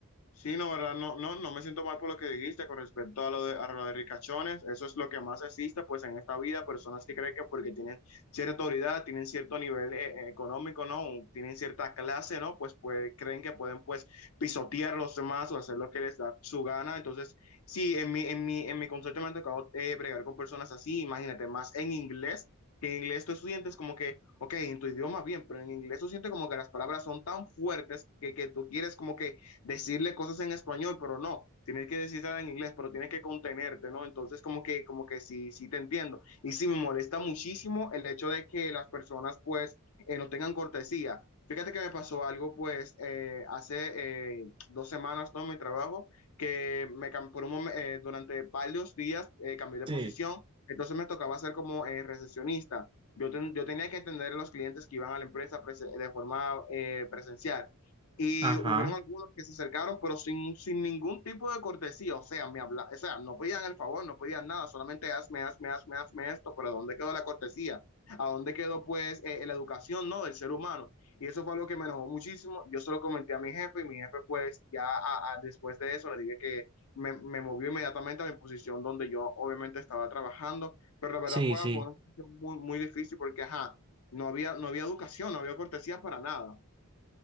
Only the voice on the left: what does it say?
Sí, no, ¿verdad? No, no, no me siento mal por lo que dijiste con respecto a lo de, a lo de ricachones. Eso es lo que más existe, pues, en esta vida. Personas que creen que porque tienen cierta autoridad, tienen cierto nivel eh, eh, económico, ¿no? O Tienen cierta clase, ¿no? Pues, pues creen que pueden, pues, pisotear a los demás o hacer lo que les da su gana. Entonces, sí, en mi, en mi, en mi concepto me ha tocado eh, bregar con personas así. Imagínate, más en inglés que en inglés tú estudiantes como que, ok, en tu idioma bien, pero en inglés tú sientes como que las palabras son tan fuertes que, que tú quieres como que decirle cosas en español, pero no, tienes que decirla en inglés, pero tienes que contenerte, ¿no? Entonces, como que, como que sí, sí te entiendo. Y sí me molesta muchísimo el hecho de que las personas, pues, eh, no tengan cortesía. Fíjate que me pasó algo, pues, eh, hace eh, dos semanas, ¿no? En mi trabajo, que me cam- por un momen- eh, durante varios días eh, cambié de
posición, entonces me tocaba ser como eh, recepcionista. Yo, ten- yo tenía que atender a los clientes que iban a la empresa prese- de forma eh, presencial. Y
hubieron algunos que se acercaron, pero sin, sin ningún tipo de cortesía. O sea, me habla, o sea, no pedían el favor, no pedían nada, solamente hazme, hazme, hazme, hazme esto. Pero ¿dónde quedó la cortesía? ¿A dónde quedó, pues, eh, la educación, no, del ser humano? Y eso fue algo que me enojó muchísimo. Yo se lo comenté a mi jefe y mi jefe, pues, ya a, a, después de eso le dije que me, me, movió inmediatamente a mi posición donde yo obviamente estaba trabajando. Pero la verdad
fue,
fue una posición muy, muy difícil porque, ajá, no había, no había educación, no había cortesía para nada.